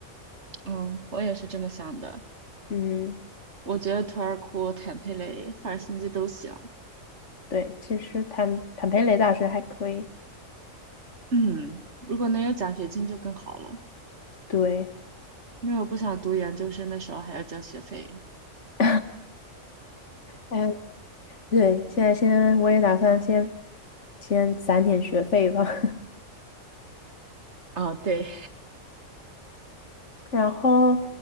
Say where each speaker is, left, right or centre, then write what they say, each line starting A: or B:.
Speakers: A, on the right (about 55°); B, on the left (about 60°).
A: 嗯，我也是这么想的。
B: 嗯，
A: 我觉得图尔库、坦佩雷、赫尔辛基都行。
B: 对，其实坦坦佩雷大学还可以。
A: 嗯，如果能有奖学金就更好了，
B: 对，
A: 因为我不想读研究生的时候还要交学费。
B: <laughs> 哎，对，现在先我也打算先先攒点学费吧。<laughs>
A: 啊，对，
B: 然后，